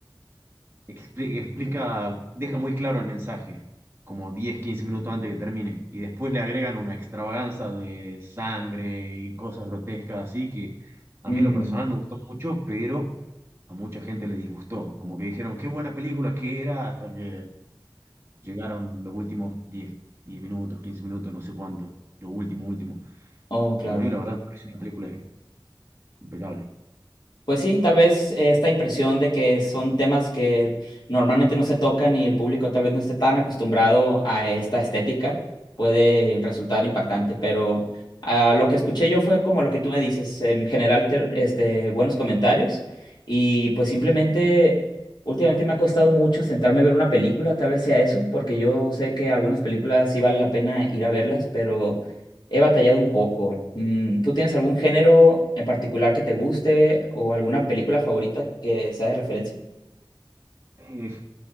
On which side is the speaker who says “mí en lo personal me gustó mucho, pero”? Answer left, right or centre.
Right